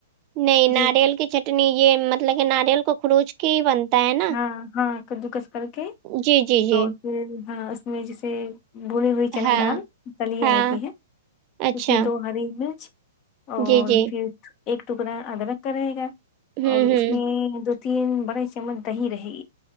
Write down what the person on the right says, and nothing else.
نہیں
ناریل کی چٹ ٹنی یے مطلب کے ناریل کو کروچ کے ہی بنتا ہے نا
جی جی جی
ہاں
ہاں
اچھا
جی جی
ہوں
ہوں